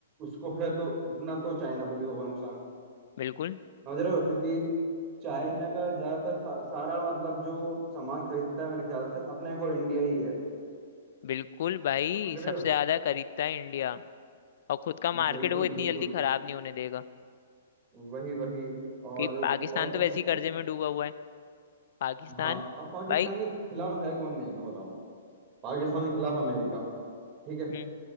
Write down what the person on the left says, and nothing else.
बिल्कुल
बिल्कुल भाई
सबसे
ज्यादा खरीदता है इंडिया और खुद का मार्केट
वो इतनी
जल्दी खराब नहीं होने देगा
कि पाकिस्तान
तो वैसे
ही कर्जे
में डूबा हुआ है पाकिस्तान
भाई
हम्म